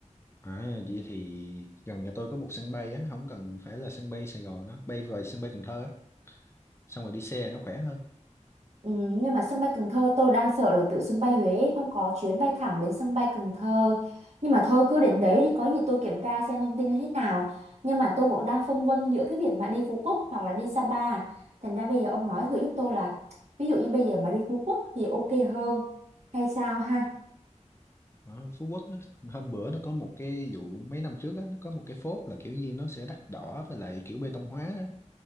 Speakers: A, on the left (about 20°); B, on the right (about 60°).
A: À, vậy thì gần nhà tôi có một sân bay á, không cần phải là sân bay Sài Gòn đó, bay về sân bay Cần Thơ á, xong rồi đi xe nó khỏe hơn.
B: Ừ, nhưng mà sân bay Cần Thơ tôi đang sợ là từ sân bay Huế không có chuyến bay thẳng đến sân bay Cần Thơ nhưng mà thôi cứ đến đấy thì có gì tôi kiểm tra xem thông tin như thế nào nhưng mà tôi cũng đang phân vân giữa cái việc mà đi Phú Quốc hoặc là đi Sapa thành ra bây giờ ông nói thử giúp tôi là ví dụ như bây giờ mà đi Phú Quốc thì ok hơn hay sao ha
A: Đó, Phú Quốc đó, hôm bữa nó có một cái vụ mấy năm trước á, nó có một cái phốt là kiểu như nó sẽ đắt đỏ với lại kiểu bê tông hóa á,